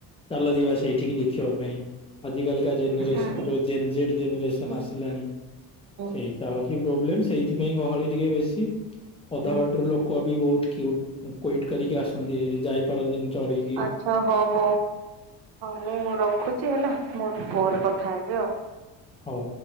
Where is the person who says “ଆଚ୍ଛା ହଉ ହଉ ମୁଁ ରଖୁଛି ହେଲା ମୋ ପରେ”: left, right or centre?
Right